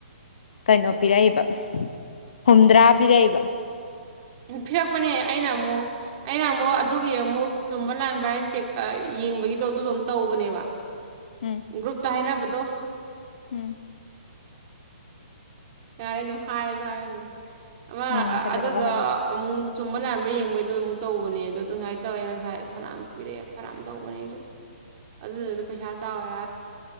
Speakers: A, on the left; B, on the right.
A: ꯀꯩꯅꯣ ꯄꯤꯔꯛꯏꯕ ꯍꯨꯝꯇ꯭ꯔꯥ ꯄꯤꯔꯛꯏꯕ
B: ꯄꯤꯔꯛꯄꯅꯦ ꯑꯩꯅ ꯑꯃꯨꯛ ꯑꯩꯅ ꯑꯃꯨꯛ ꯑꯗꯨꯒꯤ ꯑꯃꯨꯛ ꯆꯨꯝꯕ ꯂꯥꯟꯕ꯭ꯔꯥ ꯍꯥꯏꯅ ꯆꯦꯛ ꯌꯦꯡꯕꯒꯤꯗꯣ ꯑꯗꯨꯗꯣ ꯑꯃ ꯇꯧꯕꯅꯦꯕ
A: ꯎꯝ
B: ꯒ꯭ꯔꯨꯨꯞ ꯊꯅ ꯗꯣꯣ
A: ꯎꯝ
B: ꯌꯥꯔꯦ ꯑꯗꯨꯝ ꯍꯥꯏꯔꯁꯨ ꯍꯥꯏꯔꯦ ꯂꯔꯦ ꯑ
A: ꯎꯝ ꯀꯩꯗꯧꯔꯕ
B: ꯑꯗꯨ
A: ꯍꯥꯏꯔꯣ
B: ꯆꯨꯝꯕ ꯅꯥꯥꯟꯕ ꯌꯦꯡꯕꯩꯗꯣ ꯑꯃꯨꯛ ꯇꯧꯕꯅꯦ ꯑꯗꯣ ꯑꯗꯨ ꯉꯥꯏꯅ ꯇꯧꯋꯦ ꯉꯁꯥꯏ ꯐꯅꯥ ꯑꯃ ꯄꯤꯔꯛꯑꯦ ꯐꯅꯌꯥꯝ ꯇꯧꯕꯅꯦ ꯑꯩꯁꯨ ꯑꯗꯨꯗꯨꯅ ꯄꯩꯁꯥ ꯆꯥꯎꯋ